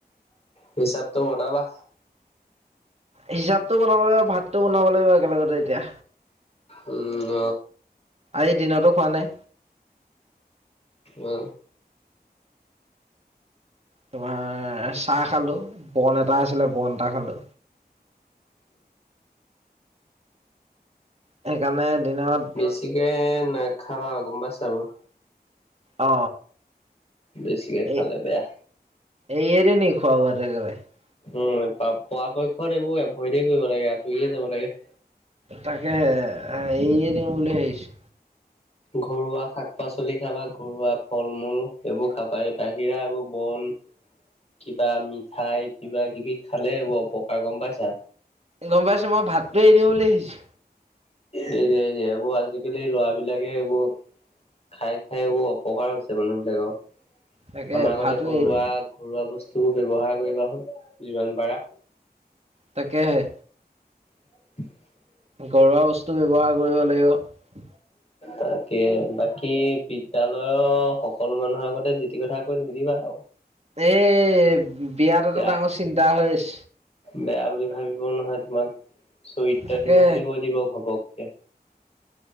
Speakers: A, on the left; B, on the right.
A: হিচাপটো বনাবা।
B: হিচাপটো বনাব লাগিব ভাতটো বনাব লাগিব একেলগতে এতিয়া।
A: উ ন
B: আজি দিনতো খোৱা নাই।
A: অ
B: তোমাৰ চাহ
A: <inaudible>
B: খালো বন এটা আছিলে বন এটা খালো সেইকাৰণে দিনত
A: বেছিকে ন খাবা গম পাইছা এইবোৰ
B: অ
A: বেছিকে খালে
B: এই
A: বেয়া
B: এইৰে দিও নি খোৱা বোৱাত <unintelligible>
A: উম পৰাপক্ষত এইবোৰ এভইডে কৰিব লাগে আঁতৰিয়ে যাব লাগে।
B: তাকে হে এই এৰিয়ে দিও ভাবিছো।
A: ঘৰুৱা শাক পাচলি খাবা ঘৰুৱা ফল মূল এইবোৰ খাবা এই বাহিৰা এইবোৰ বন কিবা মিঠাই কিবা কিবি খালে ব অপকাৰ গম পাইছা।
B: গম পাইছো মই ভাতটো এৰি দিও বুলি ভাবিছো।
A: এনে এনে এইবোৰ আজিকালি লৰা বিলাকে এইবোৰ। খাই খাই এইবোৰ অপকাৰ হৈছে মানুহবিলাকৰ।
B: তাকে
A: আমাৰ আগতে
B: ভাতো
A: ঘৰুৱা
B: এৰি দিওঁ
A: ঘৰুৱা বস্তু। তবোৰ ব্যৱহাৰ কৰিবা চুন যিমান পাৰা
B: তাকেহে
A: <inaudible>
B: ঘৰুৱা বস্তু ব্যৱহাৰ কৰিব লাগিব।
A: তাকে বাকী বিদ্যালয়ৰ সকলো মানুহৰ আগতে যি টি কথা কৈ শুনিবা আৰু
B: এ বিয়াত এটা
A: বেয়া
B: ডাঙৰ চিন্তা হৈ আছে।
A: বেয়া বুলি ভাবিবও নহয় তোমাক চৰিত্ৰহীন
B: তাকে
A: বুলি কৈ দিব ঘপককে